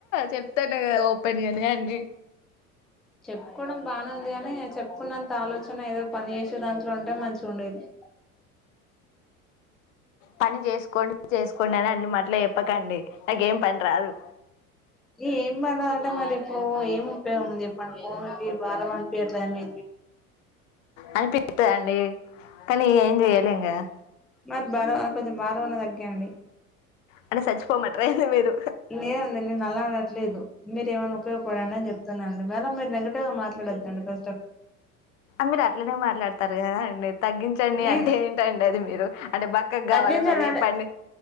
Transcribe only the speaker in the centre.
చెప్పుకోవడం బానే ఉంది అంటే చెప్పుకున్నంత ఆలోచన ఏదో పని చేసి దాంట్లో ఉంటే మంచిగా ఉండేది
ఏమ్ అలా అంటే మరి ఇప్పుడు ఏమి ఉపయోగం ఉంది చెప్పండి భూమికి భారం అనిపియట్లే మీ
మరి బరా కొంచెం బారం అన్న తగ్గియండి
లేదండి నేను అలా అనట్లేదు మీరేమన్నా ఉపయోగపడండి అన్ చెప్ టున్న అండి మేడం మీరు నెగటివ్ గా మాట్లాడద్దండి ఫస్ట్ ఆఫ్ పాల్
నే
తగ్గించండి
అంటే